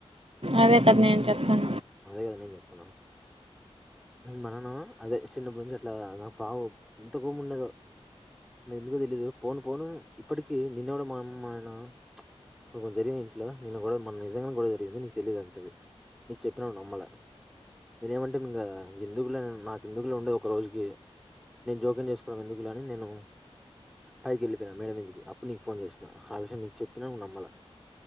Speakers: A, on the right; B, in the centre.
A: అదే కదా నేను చెప్తాన
B: కఫ నేను చెప్తాన్న మా నాన్న అదే చిన్నప్పుడు నుంచి అట్లా నాకు పావో ఎంత కోపం ఉండేదో ఎందుకో తెలీదు పోను పోను ఇప్పటికి నిన్నెవడు మా అమ్మ మా నాయన కొన్ని కొన్ని జరిగినాయి ఇంట్లో నిన్న కూడా మొన్న నిజంగా గానే గొడవ జరిగింది నీ తెలిదు అంతది నీకు చెప్పిన నమ్మలా నేనేమంటే ఇంగా ఎందుకులే నాకు ఎందుకులే ఉండే ఒక రోజుకి నేను జోక్యం చేసుకోవడం ఎందుకులే అని నేను పైకి వెళ్ళిపోయినా మేడ మీదకి అప్పుడు నీకు ఫోన్ చేసిన ఆ విషయం నీకు చెప్పిన నువ్వు నమ్మలా